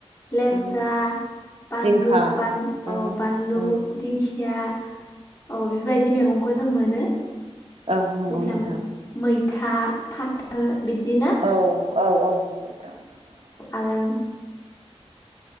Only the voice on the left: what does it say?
लेस्रा
बानलु
ब
औ बानलु
दिंखिया औ बेफोरबायदि मैगं खौ जों मोनो
दैज्ला
मैथा फाथो बिदि ना?
<unintelligible>